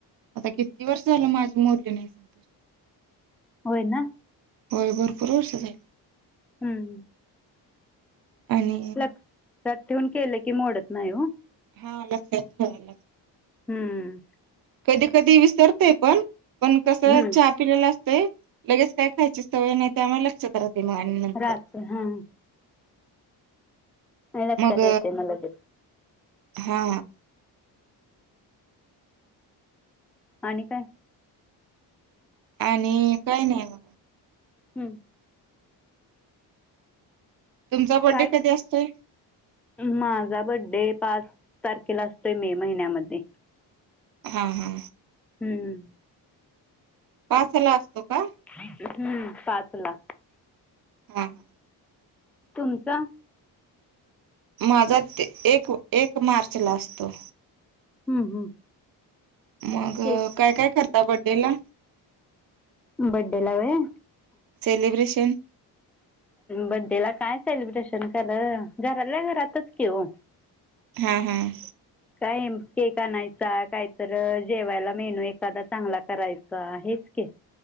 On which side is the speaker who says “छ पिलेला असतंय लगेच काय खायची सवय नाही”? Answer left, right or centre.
Right